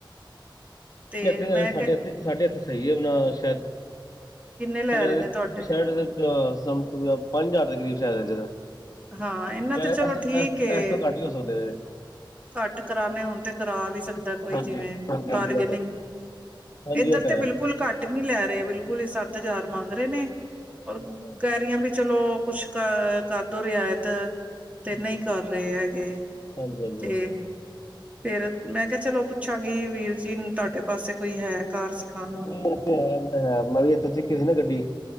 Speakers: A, on the right; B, on the left.
A: ਤੇ
B: ਇਥੇ,
A: ਮੈਂ
B: ਸਾਡੇ
A: ਕਿਹਾ
B: ਇੱਥੇ, ਸਾਡੇ ਇੱਥੇ ਸਹੀ ਏ, ਨਾ ਸ਼ਾਦ
A: ਕਿੰਨੇ ਲੈ
B: ਸਾਡੇ
A: ਰਹੇ
B: ਇੱਥੇ
A: ਨੇ ਤੁਹਾਡੇ
B: ਸ਼ਰਟ ਦੇ ਤਾਂ, ਪੰਜ-ਹਜ਼ਾਰ ਦੇ ਕਰੀਬ ਸ਼ਾਇਦ ਹੈਗੇ
A: ਹਾਂ, ਇਹਨਾਂ
B: ਜਾਂ
A: ਤੇ ਚਲੋ
B: ਇਸ
A: ਠੀਕ
B: ਇਸ
A: ਏ,
B: ਇਸ ਤੋਂ ਘੱਟ ਵੀ ਹੋ ਸਕਦੇ ਨੇ
A: ਘੱਟ ਕਰਾਣੇ ਹੋਣ ਤੇ ਕਰਾ ਵੀ ਸਕਦਾ ਕੋਈ
B: ਹਾਂਜੀ
A: ਜਿਵੇਂ,
B: ਹਾਂਜੀ
A: ਬਾਰਗੇਨਿਂਗ।
B: ਹਾਂਜੀ ਹਾਂਜੀ
A: ਇੱਧਰ
B: ਇਹ ਤਾਂ ਹੈ ਹਾਂਜੀ ਇਹ ਤਾਂ
A: ਤੇ
B: ਹੈ
A: ਬਿਲਕੁਲ ਘੱਟ ਨੀ ਲੈ ਰਹੇ, ਬਿਲਕੁਲ ਹੀ ਸੱਤ-ਹਜ਼ਾਰ ਮੰਗ ਰਹੇ ਨੇ,
B: ਅੱਛਾ
A: ਔਰ
B: ਅੱਛਾ
A: ਕੈਰੀਆਂ ਵੀ ਚਲੋ ਕੁਛ ਕ ਅਹ ਕਰਦੋ, ਰਿਆਇਤ ਤੇ
B: ਹਾਂਜੀ
A: ਨਹੀ
B: ਹਾਂਜੀ
A: ਕਰ ਰਹੇ ਹੈਗੇ,
B: ਹਾਂਜੀ ਹਾਂਜੀ ਨਹੀਂ
A: ਤੇ ਫੇਰ, ਮੈਂ ਕਿਹਾ ਚਲੋ ਪੁਛਾਂਗੀ ਵੀਰ ਜੀ ਨੂੰ, ਤੁਹਾਡੇ ਪਾਸੇ ਕੋਈ ਹੈ? ਕਾਰ ਸਿਖਾਨ।
B: ਓਹੋ, ਓ ਤੇ ਹੈ, ਮੈ ਵੀ ਇਥੇ ਸਿਖੀ ਸੀ ਨਾ ਗੱਡੀ।